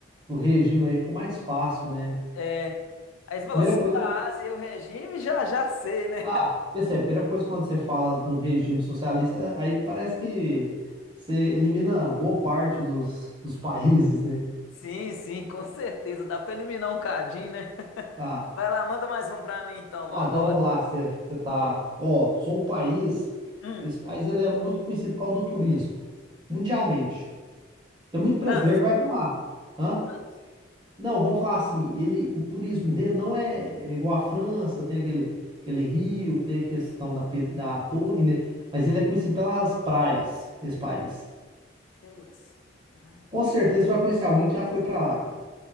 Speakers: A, on the right; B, on the left.
A: do regime aí, ficou mais fácil, né?
B: É. Aí você falou,
A: Primeira
B: sul
A: coisa.
B: da Ásia e o regime, já já sei, né?
A: Ah, e é a primeira coisa quando você fala de um regime socialista, aí parece que você elimina boa parte dos, dos países, né?
B: Sim, sim, com certeza, dá pra eliminar um cadinho, né?
A: Tá.
B: Vai lá, manda mais um pra mim então, vambora.
A: Não, então vamos lá, você você tá, ó, sou um país,
B: Hum,
A: esse país ele é muito conhecido por causa do turismo, mundialmente. Tem muito brasileiro
B: França,
A: que vai pra lá, hã?
B: França.
A: Não, vamos falar assim, ele, o turismo dele não é, é igual à França, tem aquele, aquele rio, tem a questão da, pe- da torre, né? Mas ele é conhecido pelas praias, esse país.
B: Pelas praias,
A: Com certeza você vai conhecer alguém que já foi pra lá, cara.